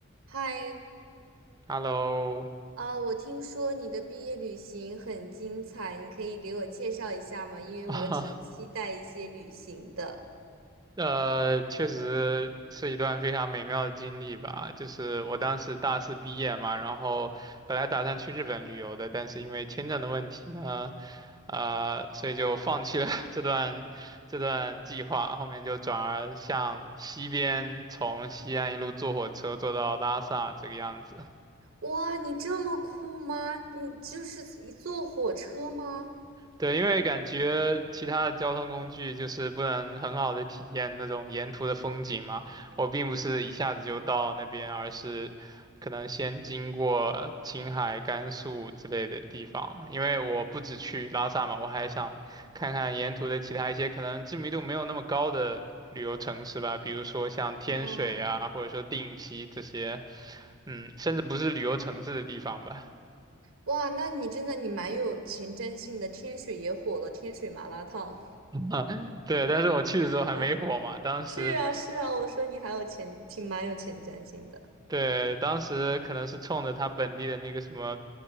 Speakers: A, on the right (about 80°); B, on the right (about 20°).
A: 嗨，
B: Hello，
A: 啊，我听说你的毕业旅行很精彩，你可以给我介绍一下吗？因为我挺期待一些旅行的。
B: 啊，<laughs> 呃，确实是一段非常美妙的经历吧。就是我当时大四毕业嘛，然后本来打算去日本旅游的，但是因为签证的问题呢，呃，所以就放弃了 <laughs> 这段这段计划。后面就转而向西边，从西安一路坐火车坐到拉萨这个样子。
A: 哇，你这么酷吗？你就是一坐火车吗？
B: 对，因为感觉其他的交通工具就是不能很好的体验那种沿途的风景嘛。我并不是一下子就到那边，而是可能先经过青海、甘肃之类的地方。因为我不只去拉萨嘛，我还想看看沿途的其他一些可能知名度没有那么高的旅游城市吧，比如说像天水啊，
A: 哦，
B: 或者说定西这些，嗯，甚至不是旅游城市的地方吧。<laughs>
A: 哇，那你真的你蛮有前瞻性的。天水也火了，天水麻辣烫。
B: 啊，对，但是我去的时候还没火嘛，
A: <laughs> 啊，
B: 当时。
A: 是啊，是啊，我说你还有前，挺蛮有前瞻性的。
B: 对，当时可能是冲着他本地的那个什么